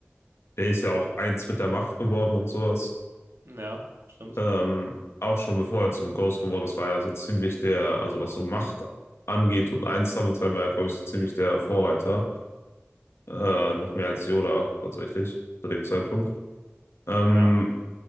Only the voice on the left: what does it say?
Der ist ja auch eins mit der Macht geworden und sowas.
Ähm, auch schon bevor er zum Ghost geworden ist, war er so ziemlich der, also was so Macht angeht und eins damit sein, war er, glaube ich, so ziemlich der Vorreiter. Äh, noch mehr als Yoda tatsächlich zu dem Zeitpunkt.
Ähm,